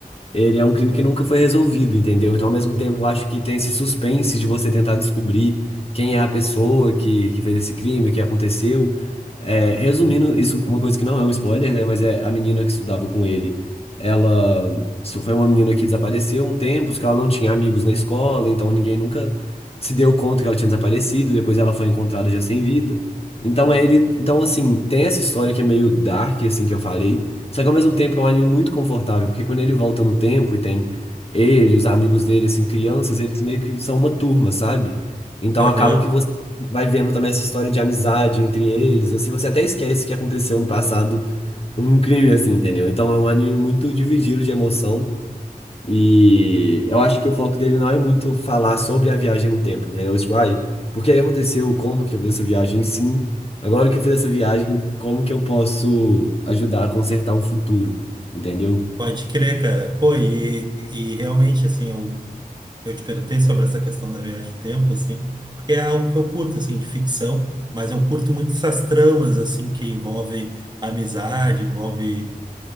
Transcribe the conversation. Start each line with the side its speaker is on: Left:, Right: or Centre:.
Left: ele é um crime que nunca foi resolvido, entendeu? Então, ao mesmo tempo, eu acho que tem esse suspense de você tentar descobrir quem é a pessoa que, que fez esse crime, o que aconteceu. É, resumindo, isso é uma coisa que não é um spoiler, né? Mas é a menina que estudava com ele. Ela isso foi uma menina que desapareceu um tempo, porque ela não tinha amigos na escola, então ninguém nunca se deu conta que ela tinha desaparecido. Depois ela foi encontrada já sem vida. Então, é ele, então assim, tem essa história que é meio dark, assim, que eu falei. Só que ao mesmo tempo é um anime muito confortável, porque quando ele volta no tempo e tem ele, os amigos dele, assim, crianças, eles meio que são uma turma, sabe? Então
Right: Aham.
Left: acaba que você vai vendo também essa história de amizade entre eles, assim, você até esquece que aconteceu no passado um crime, assim, entendeu? Então é um anime muito dividido de emoção, e eu acho que o foco dele não é muito falar sobre a viagem no tempo, entendeu? Tipo, ai, por que aconteceu? Como que eu fiz essa viagem? Sim, agora que eu fiz essa viagem, como que eu posso ajudar a consertar um futuro, entendeu?
Right: Pode crer, cara. Pô, e, e realmente, assim, eu Eu te perguntei sobre essa questão da viagem do tempo, assim, porque é algo que eu curto, assim, de ficção, mas eu curto muito essas tramas, assim, que envolve amizade, envolve